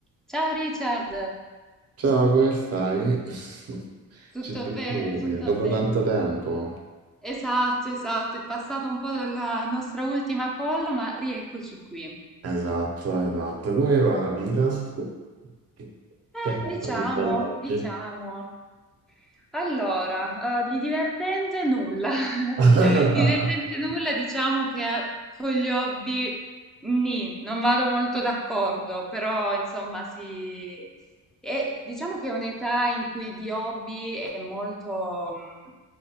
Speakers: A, in the centre; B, on the right (about 40°).
A: Ciao Richard,
B: Ciao, come stai? <laughs>
A: tutto
B: Ci sentiamo
A: bene, tutto
B: dopo
A: bene.
B: tanto tempo.
A: Esatto, esatto, è passato un po' dalla nostra ultima call, ma rieccoci qui.
B: Esatto, esatto. Come va la vita? Che
A: Eh,
B: che hai fatto
A: diciamo,
B: di bello oggi?
A: diciamo. Allora, eh, di divertente nulla. <laughs>
B: <laughs>
A: Di divertente nulla, diciamo che eh, con gli hobby nì, non vado molto d'accordo, però insomma sì. E diciamo che è un'età in cui di hobby è molto... mh,